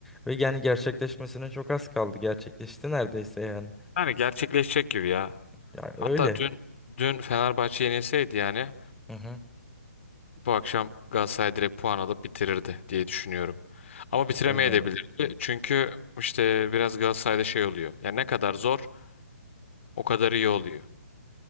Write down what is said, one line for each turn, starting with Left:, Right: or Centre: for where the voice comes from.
Centre: Ve yani gerçekleşmesine çok az kaldı. Gerçekleşti neredeyse yani.
Left: Yani gerçekleşecek gibi ya.
Centre: Ya
Left: Hatta
Centre: öyle.
Left: dün dün Fenerbahçe yenilseydi yani
Centre: Hı hı.
Left: bu akşam Galatasaray direkt puan alıp bitirirdi diye düşünüyorum. Ama bitiremeyebilirdi.
Centre: Öyle oldu.
Left: Çünkü işte biraz Galatasaray'da şey oluyor. Yani ne kadar zor o kadar iyi oluyor.